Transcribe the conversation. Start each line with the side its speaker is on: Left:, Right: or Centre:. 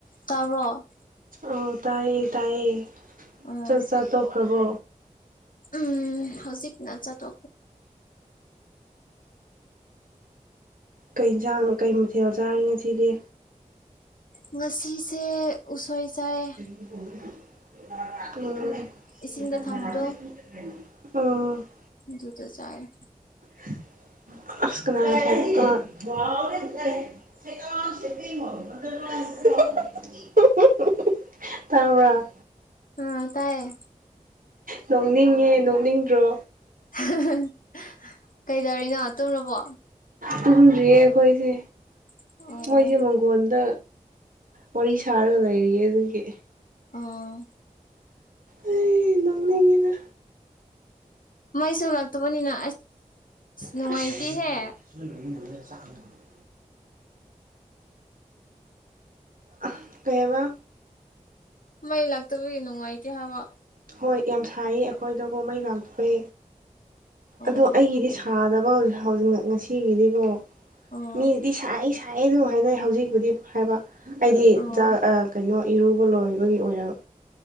Left: ꯇꯥꯕꯔꯣ
Right: ꯑ ꯇꯥꯏꯌꯦ ꯇꯥꯏꯌꯦ
Left: ꯑꯣ
Right: ꯆꯥꯛ ꯆꯥ ꯇꯣꯛꯈ꯭ꯔꯕꯣ
Left: ꯎꯝ ꯍꯧꯖꯤꯛ ꯅꯖꯠꯒ
Right: ꯀꯩ ꯌꯦꯟꯁꯥꯡ ꯀꯩ ꯃꯊꯦꯜ ꯆꯥꯔꯦ ꯉꯁꯤꯗꯤ
Left: ꯉꯁꯤꯁꯦ ꯎꯁꯣꯏ ꯆꯥꯏꯌꯦ
Right: ꯑꯝ ꯑꯝ
Left: ꯏꯁꯤꯡꯗ ꯊꯝꯕꯗꯣ ꯑꯗꯨꯗ ꯆꯥꯏꯌꯦ
Right: <unintelligible> <unintelligible> ꯇꯥꯕꯔꯥ
Left: ꯑ ꯇꯥꯏꯌꯦ
Right: ꯅꯣꯛꯅꯤꯡꯉꯦ ꯅꯣꯛꯅꯤꯡꯗ꯭ꯔꯣ
Left: ꯍꯍꯍꯍ ꯀꯩꯗꯧꯔꯤꯅꯣ ꯇꯨꯝꯃꯕꯣ
Right: ꯇꯨꯝꯗ꯭ꯔꯤꯌꯦ ꯑꯩꯈꯣꯏꯁꯦ
Left: ꯑꯣ
Right: ꯃꯣꯏꯁꯦ ꯃꯪꯒ ꯍꯪꯒꯣꯟꯗ ꯋꯥꯔꯤ ꯁꯥꯔꯒ ꯂꯩꯔꯤꯌꯦ ꯑꯗꯨꯒꯤ
Left: ꯑꯥ
Right: ꯑꯩ ꯅꯣꯛꯅꯤꯡꯉꯤꯗ
Left: ꯃꯣꯁꯨꯨ ꯂꯥꯛꯇꯕꯅꯤꯅ ꯅꯨꯡꯉꯥꯏꯇꯦꯍꯦ
Right: <inaudible> ꯑ ꯀꯩꯕ
Left: ꯃꯩ ꯂꯥꯛꯇꯕꯒꯤ ꯅꯨꯡꯉꯥꯏꯇꯦ ꯍꯥꯏꯕ
Right: ꯍꯣꯏ ꯌꯥꯝ ꯁꯔꯤ ꯑꯩꯈꯣꯏꯗ ꯀꯣꯍꯩ ꯂꯥꯛꯇꯕꯩ
Left: ꯑꯣ
Right: ꯑꯗꯣ ꯑꯩꯒꯤꯗꯤ ꯁꯥꯗꯕ ꯍꯧꯖꯤꯛ ꯉꯁꯤꯒꯤꯗꯤꯀꯣ
Left: ꯑꯣ
Right: ꯃꯤꯗꯤ ꯁꯥꯏ ꯁꯥꯏꯌꯦ ꯑꯗꯨꯝ ꯍꯥꯏꯅꯩ ꯍꯧꯖꯤꯛꯄꯨꯗꯤ ꯍꯥꯏꯕ ꯑꯩꯗꯤ
Left: ꯑꯣ
Right: ꯀꯩꯅꯣ ꯏꯔꯨꯕ ꯂꯣꯏꯕꯒꯤ ꯑꯣꯏꯔ